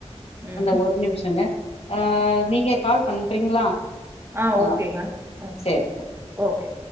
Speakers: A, on the right (about 25°); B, on the left (about 60°).
A: ம்
B: அ ஒரு நிமிஷங்க ஆஹ் நீங்க கால் பண்றீங்களா
A: ஆஹ்
B: ஆ
A: ஓகேங்க ம்
B: சேரி
A: ஓகே